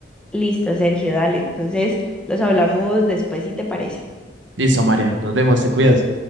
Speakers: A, in the centre; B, on the right (about 75°).
A: Listo, Sergio, dale. Entonces, los hablamos después si te parece.
B: Listo, María. Nos vemos, te cuidas.